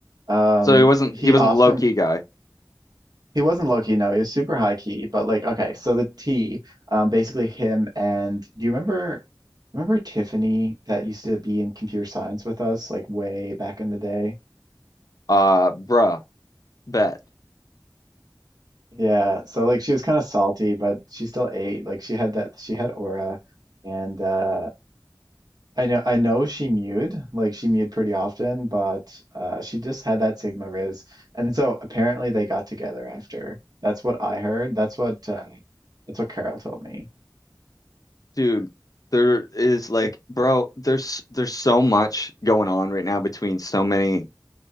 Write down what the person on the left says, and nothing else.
So he wasn't
he wasn't
low key guy.
Uh, bruh, bet,
dude. There is like, bro, there's there's so much going on right now between so many